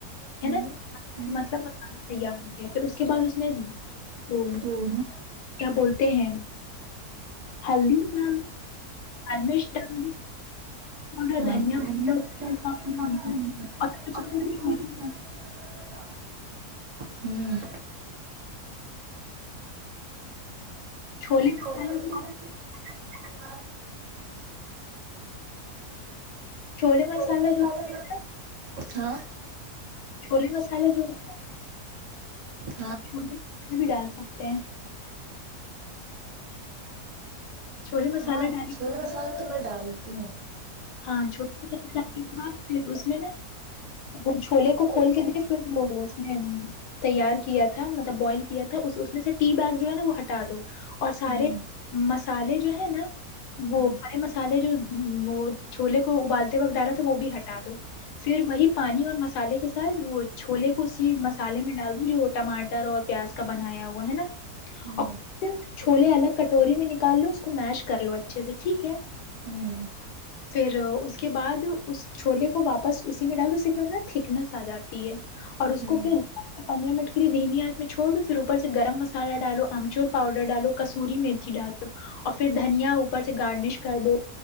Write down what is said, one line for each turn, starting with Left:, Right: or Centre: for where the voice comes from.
Right: ہوں
Left: ہینا مطلب مسالہ تیار ہو گیا پھر اس کے بعد م <unintelligible> تو
Right: ہوں وہ
Left: کیا بولتے ہیں ہلدی میں لال مرچ ڈال پاؤڈر
Right: ہاں
Left: دھنیا
Right: دنھیا
Left: پاؤڈر
Right: کو
Left: زیرہ
Right: <unintelligible>
Left: پاؤڈر نمک اور اگر چاہو تو چھولے
Right: ہمم
Left: چھولے
Right: چھولی
Left: مسالہ
Right: <unintelligible>
Left: بھی چولے <unintelligible>
Right: چھولے
Left: کالا
Right: مسالہ
Left: جو <unintelligible>
Right: ہاں
Left: چھولے مسالے جو ہوتا ہے
Right: ا <unintelligible>
Left: چھو لے پھر بھی ڈال سکتے ہیں چھولے مسالہ
Right: ہاں
Left: ڈالیں
Right: چھولے
Left: گے
Right: مسالے تو میں ڈالتی ہوں
Left: ہاں چھوٹا س پھر اس میں نا وہ چھوولے
Right: مطلب
Left: کو
Right: چھولے
Left: کھول کے دے پھر وہ اس تیار کیا تھا مطلب بوائل کیا تھا اس میں سے ٹی بیگ جو ہینا وہ ہٹا دو اور سارے
Right: ہوں
Left: مسالے جو ہینا
Right: ہاں
Left: وہ کھڈے مسالے جو وہ چھوولے کو ابالتے وقت ڈالا تو وہ بھی ہٹا دو پھر وہی پانی اور مسالے کے ساتھ وہ چھولے کو اسی مسالے میں ڈال دووں جو ٹماٹر اور پیاز کا بنایا ہوا ہینا
Right: ہوں
Left: اور کچھ چھولے الگ کٹوری میں نکال لو اس کو میش کر لو اچھے سے ٹھیک ہے
Right: ہوں
Left: پھر اس کے بعد اس چھولے کو واپس اسی میں ڈال دو اس سے کیا ہوتا ہے تھکنس آ جاتی ہے اور
Right: ہوں
Left: اس کو پھر پندرہ منٹ کے لیے دھیمی ہاتھ میں چھوڈ دو پھر اوپر سے گرم مسالہ ڈالو امچور پاؤڈر ڈالو کسوری مرچی ڈال دو اور پھر دھنیا اوپر سے گارنش کر دو